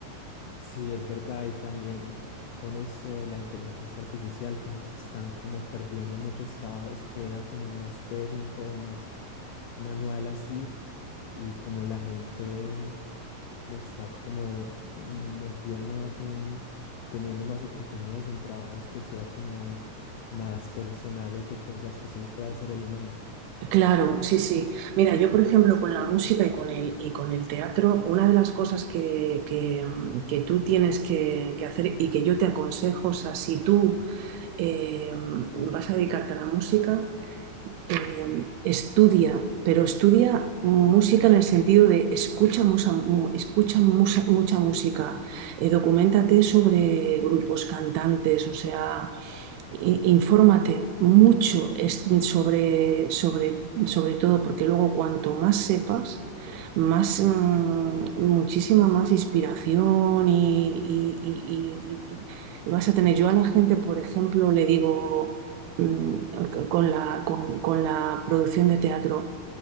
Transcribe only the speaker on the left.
Sí, es verdad y también con esto de la inteligencia artificial, como se están como perdiendo muchos trabajos que era como más técnico, más manual así y como la gente... mm, está como metido más en teniendo más oportunidades en trabajos que sea como más personales de cosas que solo puede hacer el humano.